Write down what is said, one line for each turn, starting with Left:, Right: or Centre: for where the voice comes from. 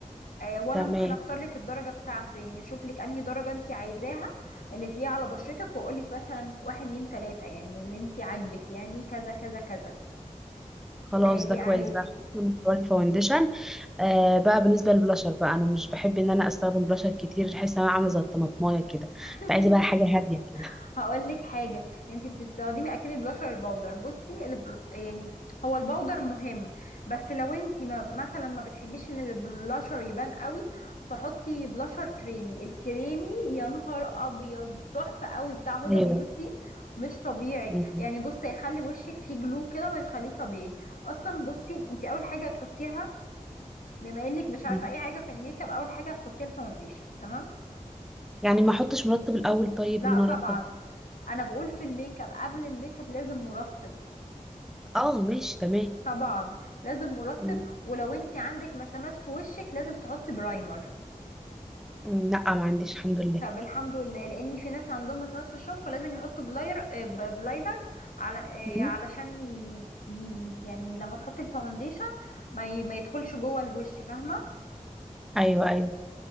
Left: آه وانا
Centre: تمام
Left: ممكن اختار لك الدرجه بتاعته يعني اشوف لك انهي درجه انت عايزاها اللي تليق على بشرتك واقول لك مثلا واحد اتنين تلاته يعني اللي انت عاجبك يعني كذا كذا كذا
Centre: خلاص
Left: اللي هيليق
Centre: ده كويس
Left: عليكي
Centre: بقى خلصنا من حوار الفاونديشن آه بقى بالنسبه للبلاشر بقى انا مش بحب ان انا استخدم بلاشر كتير بحس ان انا عامله زي الطماطمايه كده
Left: <laughs>
Centre: فعايزه بقى حاجه هاديه كده
Left: هقول لك حاجه انت بتستخدمي اكيد البلاشر البودر بصي الب... يعني هو البودر مهم بس لو انت ما... مثلا ما بتحبيش ان البلاشر يبان قوي فحطي بلاشر كريمي الكريمي يا نهار ابيض تحفه قوي بتاع هدى
Centre: <laughs> ايوه
Left: بيوتي مش طبيعي
Centre: م-
Left: يعني بصي هيخلي وشك فيه جلو كده ويخليه طبيعي اصلا بصي انت اول حاجه هتحطيها بما انك مش عارفه
Centre: م.
Left: اي حاجه في الميك اب اول حاجه هتحطيها الفاونديشن تمام
Centre: يعني ما احطش مرطب الاول طيب
Left: لا
Centre: ان انا
Left: طبعا
Centre: ارطب
Left: انا بقول في الميك اب قبل الميك اب لازم مرطب
Centre: اه ماشي تمام
Left: طبعا لازم مرطب
Centre: م.
Left: ولو انت عندك مسامات في وشك لازم تحطي برايمر
Centre: م، لا ما عنديش الحمد لله
Left: طب الحمد لله لان في ناس عندهم مسامات في وشهم فلازم يحطوا بلاير آه، ب- بلايدر على آه،
Centre: م.
Left: علشان ي... ي... يعني لما تحطي الفاونديشن ما ي... ما يدخلش جوه الوش فاهمه
Centre: ايوه ايوه